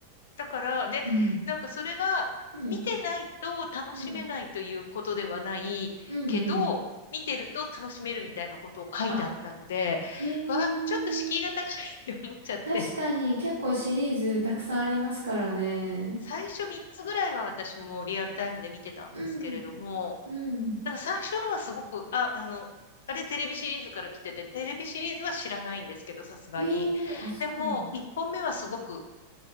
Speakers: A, on the left (about 60°); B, on the right (about 75°).
A: だから、で、
B: うん。
A: なんかそれが、
B: うん。
A: 見てないと楽しめないということではないけど、
B: うん。うんうん。
A: 見てると楽しめるみたいなことを書いてあったので、
B: あ、へえ。
A: わあ、ちょっと敷居が高いって思っちゃって。
B: 確かに結構シリーズたくさんありますからね。
A: 最初3つぐらいは私もリアルタイムで見てたんですけれども、
B: うん。うん。
A: なんか最初のはすごく、あ、あの、あれテレビシリーズから来てて、テレビシリーズは知らないんですけど、さすがに。
B: へえ、あ、そうなんだ。
A: でも、1本目はすごく、